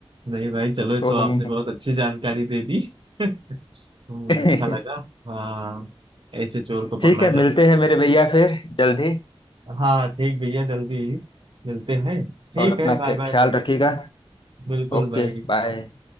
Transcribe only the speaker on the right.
नहीं भाई चलो ये
तो आपने
बहुत अच्छी जानकारी दे दी <laughs> हम्म,
अच्छा लगा हाँ ऐसे चोर को
पकड़ा
जा
सकता
है। हाँ ठीक भैया जल्दी मिलते हैं ठीक
है बाय
बाय भाई
बिल्कुल
भाई
bye।